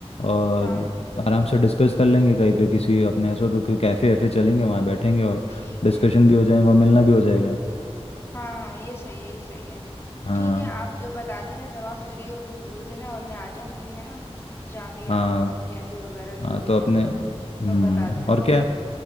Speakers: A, on the left; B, on the left.
A: और
B: हाँ
A: आराम से डिस्कस कर लेंगे कहीं पे किसी अपने ऐसा तो कोई कैफ़े वैफे चलेंगे वहाँ बैठेंगे और
B: ठीक
A: डिस्कशन
B: है
A: भी हो जाएगा और मिलना भी हो जाएगा
B: हाँ हाँ ये सही है ये सही है तो
A: हाँ
B: ठीक है आप जब बता देना जब आप फ्री हो तो बोल देना और मैं आ जाऊंगी है ना जहाँ भी
A: हाँ
B: आना होगा कैफे वगैरह
A: हाँ
B: जो भी
A: तो
B: है
A: अपने
B: ना
A: हम्म
B: तो तब बता देना
A: और
B: मुझे
A: क्या